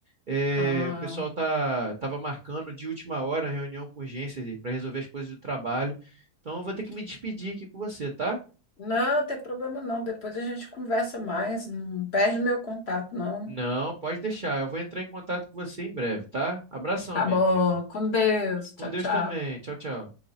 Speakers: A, on the right; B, on the left.
A: É,
B: Ah,
A: o pessoal tá, tava marcando de última hora a reunião com urgência para resolver as coisas do trabalho. Então eu vou ter que me despedir aqui com você, tá?
B: não, tem problema não. Depois a gente conversa mais. Não perde meu contato, não.
A: Não, pode deixar. Eu vou entrar em contato com você em breve, tá? Abração,
B: Tá
A: minha
B: bom.
A: amiga.
B: Com Deus. Tchau,
A: Com Deus
B: tchau.
A: também. Tchau, tchau.